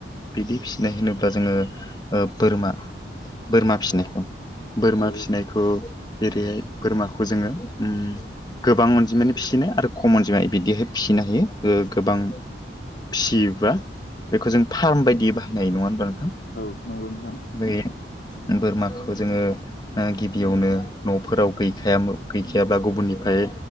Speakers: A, on the left; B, on the left.
A: बिदि फिसिनाय होनोब्ला जोङो ओ बोरमा बोरमा फिनाय बोरमा
B: औ
A: फिसिनायखौ जेरैहाय बोरमाखौ जोङो उम गोबां अनजिमायानो फिसिनो आरो खम अनजिमाया बिदिहाय फि फिनो हायो ओ गोबां फियोबा बेखौ जों फार्म बायदि बाहायनाय नङा होनबा नोंथां?
B: औ नंगौ नोंथां
A: बे बोरमाखौ जोङो ओ गिबियावनो न'फोराव गैखायामोन गैखायाब्ला गुबुननिफाय